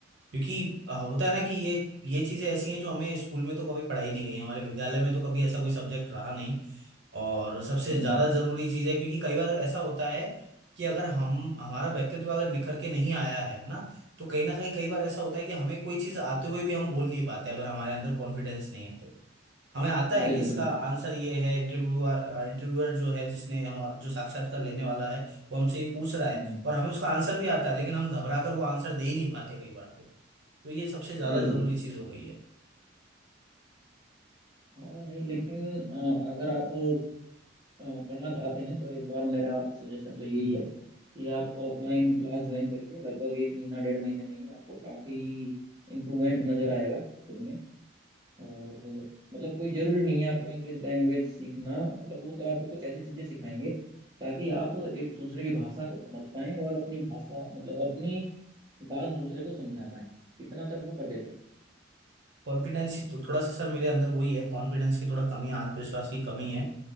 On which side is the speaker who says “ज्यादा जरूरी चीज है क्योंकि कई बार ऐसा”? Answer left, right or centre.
Right